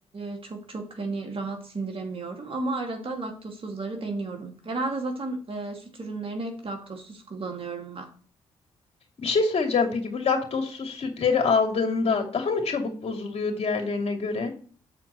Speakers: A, on the right; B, on the left.
A: e, çok çok hani rahat sindiremiyorum. Ama arada laktozsuzları deniyorum. Genelde zaten e, süt ürünlerini hep laktozsuz kullanıyorum ben.
B: Bir şey söyleyeceğim peki bu laktozsuz sütleri aldığında daha mı çabuk bozuluyor diğerlerine göre?